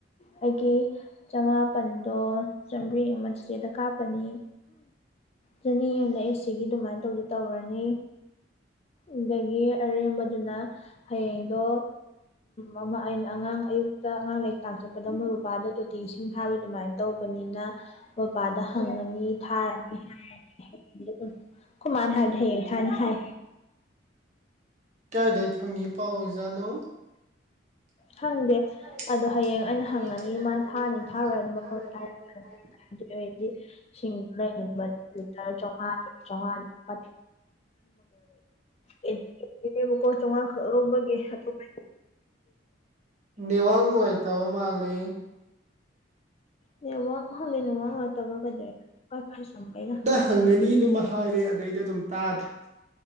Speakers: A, on the left; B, on the right.
A: ꯑꯩꯒꯤ ꯆꯃꯥꯄꯜꯗꯣ ꯆꯥꯝꯔꯤ ꯑꯃ ꯆꯤꯆꯦꯗ ꯀꯥꯞꯄꯅꯤ ꯆꯅꯤ ꯑꯃꯅ ꯑꯦꯁ ꯁꯤꯒꯤ ꯑꯗꯨꯃꯥꯏꯅ ꯇꯧꯗ ꯇꯧꯔꯅꯤ ꯑꯗꯒꯤ ꯑꯔꯦꯝꯕꯗꯨꯅ ꯍꯌꯦꯡꯗꯣ ꯎꯝꯃ ꯑꯩꯅ ꯑꯉꯥꯡ ꯑꯌꯨꯛꯇ ꯑꯉꯥꯡ ꯂꯥꯏꯔꯤꯛ ꯇꯥꯛ ꯆꯠꯄꯗ ꯃꯣꯏ ꯃꯄꯥꯗꯣ ꯇꯤ ꯏꯁꯤꯡ ꯐꯥꯕꯤ ꯑꯗꯨꯃꯥꯏꯅ ꯇꯧꯕꯅꯤꯅ ꯃꯄꯥꯗ ꯍꯪꯉꯅꯤ ꯊꯥꯔꯅꯤ ꯍꯥꯏꯔꯅꯤ ꯑꯩꯈꯣꯏ ꯃꯥꯅ ꯍꯥꯏꯕꯗꯤ ꯍꯌꯦꯡ ꯊꯥꯔꯅꯤ ꯍꯥꯏ
B: ꯀꯥꯏꯗꯒꯩ ꯐꯪꯏꯤ ꯄꯥꯎ ꯑꯣꯏꯖꯥꯠꯅꯣ
A: ꯈꯪꯗꯦ
B: ꯍꯥꯏꯅꯦ
A: ꯑꯗꯣ ꯍꯌꯦꯡ ꯑꯩꯅ
B: ꯑꯗꯣ ꯍꯌꯦꯡ
A: ꯍꯪꯉꯅꯤ
B: ꯑꯩꯅ ꯍꯪꯒꯅꯤ
A: ꯃꯥꯅ ꯊꯥꯅꯤ
B: ꯃꯥ
A: ꯊꯥꯔꯣꯏ
B: ꯊꯥꯔꯅꯤ
A: ꯑꯗꯨ
B: ꯊꯥꯔꯨꯔꯣꯏ
A: ꯃꯐꯝ
B: ꯑꯗꯨ
A: ꯍꯥꯏꯔꯛꯀꯅꯤ ꯑꯗꯨ ꯑꯣꯏꯗꯤ ꯁꯤꯡꯗ ꯂꯩꯔꯤꯕꯇꯔꯝꯃꯉꯥ ꯆꯥꯃꯉꯥ ꯆꯥꯝꯃꯒꯦꯕꯀꯣ ꯆꯥꯝꯃꯉꯥ ꯈꯛ ꯂꯧꯕꯒꯤꯇꯣꯞꯄ
B: ꯅꯦꯋꯥꯛ ꯅꯨꯉꯥꯏꯇꯕ ꯃꯥꯂꯤ
A: ꯅꯦꯠꯋꯥꯛ ꯐꯪꯗꯦ ꯅꯦꯋꯥꯛ ꯅꯨꯉꯥꯏꯇꯕ ꯀꯩꯗ ꯋꯥꯏ ꯐꯥꯏ ꯁꯝꯕꯩꯔ
B: ꯐꯪꯒꯅꯤꯗꯨꯃ ꯍꯥꯏꯔꯦ ꯑꯗꯩꯗ ꯑꯗꯨꯝ ꯇꯥꯗ꯭ꯔꯦ